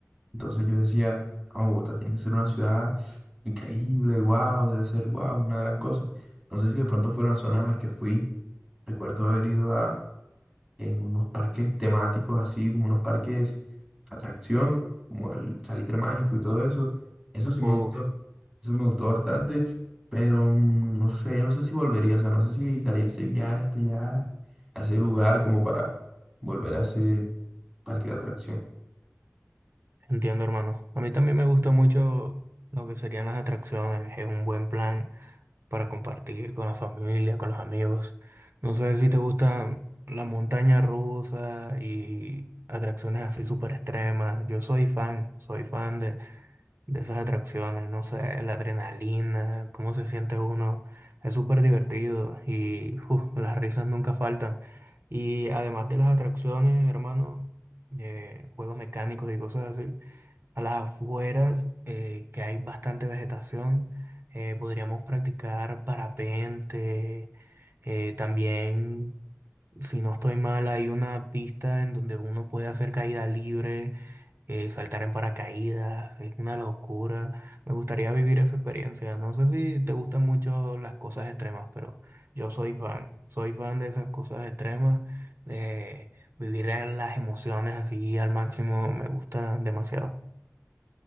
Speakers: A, on the right; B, on the right.
A: Entonces yo decía, oh, Bogotá tiene que ser una ciudad increíble, wow, debe ser wow, una gran cosa. No sé si de pronto fueron las zonas a las que fui. Recuerdo haber ido a eh, unos parques temáticos, así como unos parques atracción, como el Salitre Mágico y todo eso. Eso sí me
B: Uf,
A: gustó, eso me gustó bastante, pero mm, no sé, no sé si volvería, o sea, no sé si haría ese viaje hasta allá, a ese lugar como para volver a ese parque de atracción.
B: entiendo, hermano. A mí también me gusta mucho lo que serían las atracciones, es un buen plan. para compartir con la familia, con los amigos. No sé si te gusta la montaña rusa y atracciones así súper extremas. Yo soy fan, soy fan de, de esas atracciones. No sé, la adrenalina, cómo se siente uno. Es súper divertido y uf, las risas nunca faltan. Y además de las atracciones, hermano, eh, juegos mecánicos y cosas así. A las afueras, eh, que hay bastante vegetación, eh, podríamos practicar parapente. eh, también, si no estoy mal, hay una pista en donde uno puede hacer caída libre, eh, saltar en paracaídas. Es una locura. Me gustaría vivir esa experiencia. No sé si te gustan mucho las cosas extremas, pero yo soy fan. Soy fan de esas cosas extremas. de vivir las emociones así al máximo me gusta demasiado.